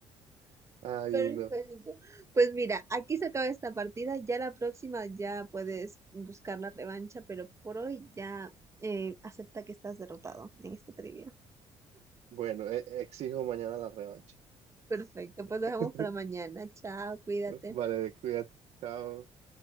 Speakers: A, on the right; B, on the right.
A: Ay,
B: Perfecto.
A: no.
B: Pues mira, aquí se acaba esta partida. Ya la próxima ya puedes buscar la revancha, pero por hoy ya eh, acepta que estás derrotado en esta trivia.
A: Bueno, e- exijo mañana la revancha.
B: Perfecto, pues lo
A: <laughs>
B: dejamos para mañana. Chao, cuídate.
A: Vale, cuídate. Chao.